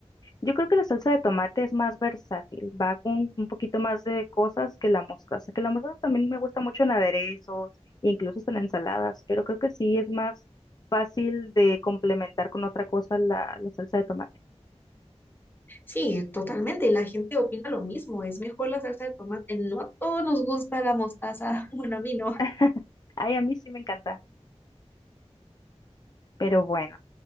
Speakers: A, on the left (about 35°); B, on the left (about 20°).
A: Yo creo que la salsa de tomate es más versátil, va con un poquito más de cosas que la mostaza, que la mostaza también me gusta mucho en aderezos, incluso hasta en ensaladas, pero creo que sí es más fácil de complementar con otra cosa la, la salsa de tomate.
B: Sí, totalmente. La gente opina lo mismo. Es mejor la salsa de tomate. No a todos nos gusta la mostaza. <laughs> Bueno, a mí no.
A: <laughs> Ay, a mí sí me encanta, pero bueno,